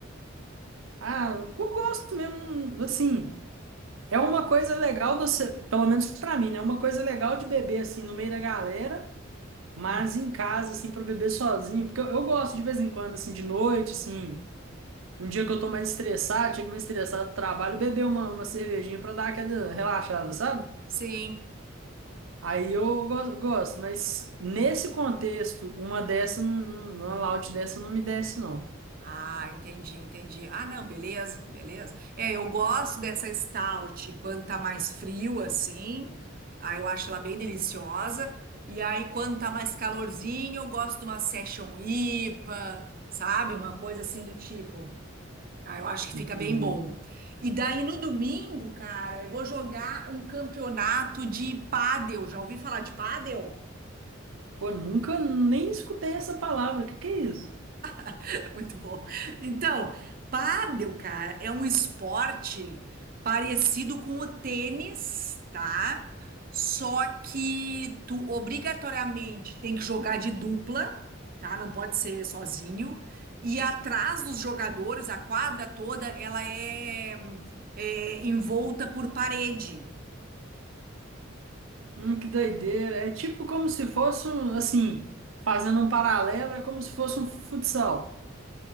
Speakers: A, on the right; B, on the right.
A: Ah, eu gosto mesmo, hum, assim. É uma coisa legal, do ce- pelo menos pra mim, né? É uma coisa legal de beber, assim, no meio da galera, mas
B: Hum.
A: em casa, assim, pra beber sozinho. Porque eu, eu gosto de vez em quando, assim, de noite, assim. Um dia que eu tô mais estressado, chego mais estressado do trabalho, beber uma, uma cervejinha pra dar aquela relaxada, sabe?
B: Sim.
A: Aí eu gosto, gosto, mas nesse contexto, uma dessa, não- não- uma loud dessa não me desce, não.
B: Ah, entendi, entendi. Ah, não, beleza, beleza. É, eu gosto dessa stout quando tá mais frio assim. Aí eu acho ela bem deliciosa. E aí quando tá mais calorzinho, eu gosto de uma session IPA, sabe? Uma coisa assim do tipo. Ah, eu acho que
A: Entendi.
B: fica bem bom. E daí no domingo, cara, eu vou jogar um campeonato de pádel. Já ouvi falar de pádel?
A: Pô, nunca nem escutei essa palavra. O que que é isso?
B: <laughs> Muito bom. Então, pádel, cara, é um esporte parecido com o tênis, tá? Só que tu obrigatoriamente tem que jogar de dupla, tá? Não pode ser sozinho. E atrás dos jogadores, a quadra toda, ela é, é envolta por parede.
A: Hum, que doideira. É tipo como se fosse um, assim, fazendo um paralelo, é como se fosse um futsal.